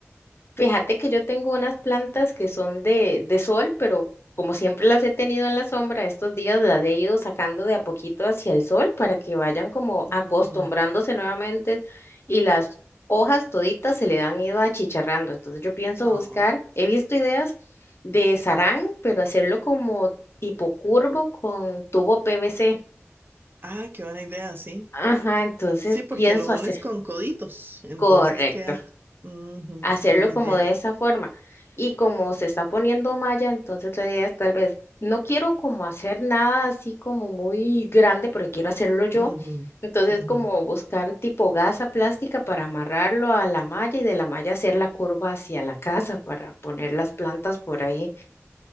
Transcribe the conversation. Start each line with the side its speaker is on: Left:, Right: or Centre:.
Left: Fíjate que yo tengo unas plantas que son de, de sol, pero como siempre las he tenido en la sombra, estos días las he ido sacando de a poquito hacia el sol para que vayan como
Right: Ujú.
Left: acostumbrándose nuevamente y las hojas toditas se le han ido achicharrando. Entonces yo pienso
Right: Oh.
Left: buscar, he visto ideas de sarán, pero hacerlo como tipo curvo con tubo PVC.
Right: Ah, qué buena idea, sí.
Left: Ajá, entonces
Right: Sí, porque
Left: pienso
Right: lo
Left: hacer.
Right: unes con coditos, entonces
Left: Correcto.
Right: queda. ujú,
Left: hacerlo
Right: buena
Left: como
Right: idea.
Left: de esa forma. Y como se está poniendo malla, entonces la idea es tal vez, no quiero como hacer nada así como muy grande, porque quiero hacerlo yo.
Right: Ujú,
Left: Entonces
Right: ujú.
Left: como buscar tipo gasa plástica para amarrarlo a la malla y de la malla hacer la curva hacia la casa para poner las plantas por ahí.